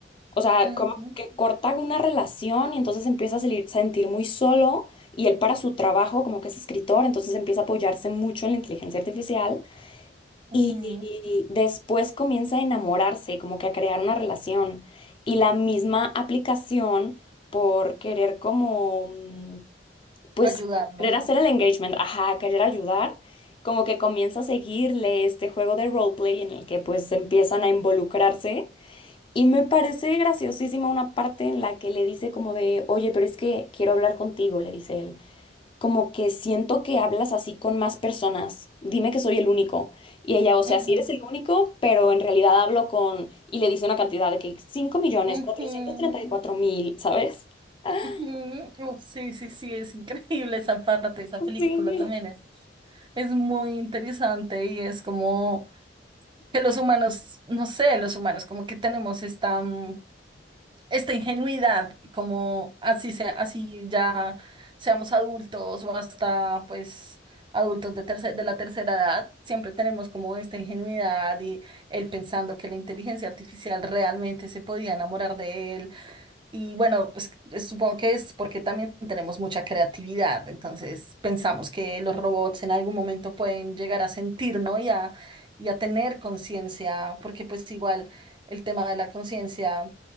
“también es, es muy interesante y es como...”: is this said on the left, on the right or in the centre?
Right